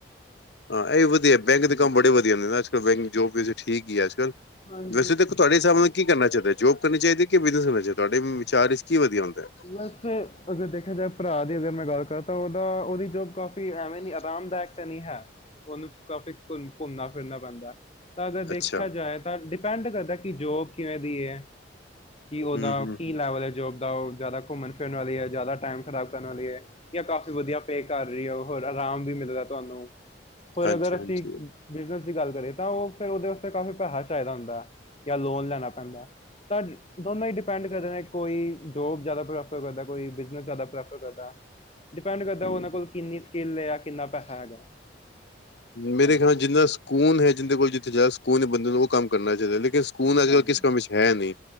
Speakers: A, on the left; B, on the left.
A: ਹਾਂ, ਇਹ ਵਧੀਆ ਬੈਂਕ
B: ਹਾਂਜੀ,
A: ਦੇ ਕੰਮ ਬੜੇ ਵਧੀਆ ਨੇ ਨਾ ਅੱਜ-ਕੱਲ੍ਹ ਬੈਂਕ ਜੋਬ ਵੀੇ ਠੀਕ ਹੀ ਆ ਅੱਜੱਕਲ੍ਹ
B: ਹਾਂ
A: ਵੈਸੇ ਦੇਖੋ ਤੁਹਾਡੇ ਹਿਸਾਬ ਨਾਲ ਕੀ ਕਰਨਾ ਚਾਹੀਦਾ? ਜੋਬ ਕਰਨੀ ਚਾਹੀਦੀ, ਕਿ ਬਿਜਨਸ ਕਰਨਾ ਚਾਹੀਦਾ? ਤੁਹਾਡੇ ਵਿਚਾਰ ਕੀ ਵਧੀਆ ਹੁੰਦਾ ਹੈ।
B: ਬਸ ਅਗਰ ਦੇਖਿਆ ਜਾਏ ਭਰਾ ਦੀ ਅਗਰ ਮੈਂ ਗੱਲ ਕਰਾਂ ਤਾਂ ਉਹਦਾ ਉਹਦੀ ਜੋਬ ਕਾਫ਼ੀ ਐਵੇਂ ਨੀ ਆਰਾਮਦਾਇਕ ਤਾਂ ਨਹੀਂ ਹੈ ਉਹਨੂੰ ਕਾਫੀ ਘ ਘੁੰਮਨਾ ਫਿਰਨਾ ਪੈਂਦੇ। ਤਾਂ ਅਗਰ
A: ਅੱਛਾ
B: ਦੇਖਿਆ ਜਾਏ ਤਾਂ ਡਿਪੈਂਡ ਕਰਦਾ ਕਿ ਜੋ ਕਿਵੇਂ ਦੀ ਐ। ਕੀ ਉਹਦਾ
A: ਹਮ ਹਮ
B: ਕੀ ਲੈਵਲ ਹੈ? ਜੋਬ ਦਾ ਉਹ ਜ਼ਿਆਦਾ ਘੁੰਮਣ ਫਿਰਨ ਵਾਲੀ ਹੈ ਜ਼ਿਆਦਾ ਟਾਈਮ ਖ਼ਰਾਬ ਕਰਨ ਵਾਲੀ ਹੈ? ਜਾਂ ਕਾਫ਼ੀ ਵਧੀਆ ਪੇ ਕਰ ਰਹੀ ਹੋ ਹੋਰ ਆਰਾਮ ਵੀ ਮਿਲਦਾ ਤੁਹਾਨੂੰ ਹੋਰ
A: ਹਾਂਜੀ
B: ਅਗਰ ਅਸੀਂ,
A: ਹਾਂਜੀ
B: ਬਿਜਨਸ ਦੀ ਗੱਲ ਕਰੀਏ ਤਾਂ ਉਹ ਫਿਰ ਉਹਦੇ ਵਾਸਤੇ ਕਾਫੀ ਪੈਸਾ ਚਾਹੀਦਾ ਹੁੰਦਾ, ਜਾਂ ਲੋਨ ਲੈਣਾ ਪੈਂਦਾ ਸਰ ਦੋਨੋਂ ਹੀ ਡਿਪੈਂਡ ਕਰਦੇ ਨੇ ਕੋਈ, ਜੋਬ ਜ਼ਿਆਦਾ ਪ੍ਰੈਫਰ ਕਰਦਾ, ਕੋਈ ਬਿਜਨਸ ਜ਼ਿਆਦਾ ਪ੍ਰੈਫਰ ਕਰਦਾ ਡਿਪੈਂਡ ਕਰਦਾ
A: ਹਮ
B: ਉਹਨਾਂ ਕੋਲ ਕਿੰਨੀ ਸਕਿੱਲ, ਜਾਂ ਕਿੰਨਾ ਪੈਸਾ ਹੈਗਾ
A: ਮੇਰੇ
B: ਹਾਂਜੀ
A: ਖਿਆਲ ਨਾਲ ਜਿੰਨਾ ਸਕੂਨ, ਹੈ ਜਿੰਹਦੇ ਕੋਲ ਜਿੱਥੇ ਜਾਦਾ ਸਕੂਨ ਹੈ ਬੰਦੇ ਨੂੰ ਉਹ ਕੰਮ ਕਰਨਾ ਚਾਹੀਦਾ ਲੇਕਿਨ ਖੂਨ ਅੱਜ-
B: ਹਾਂਜੀ
A: ਕੱਲ੍ਹ ਕਿਸ ਕਮੇ 'ਚ ਹੈ ਨਹੀਂ,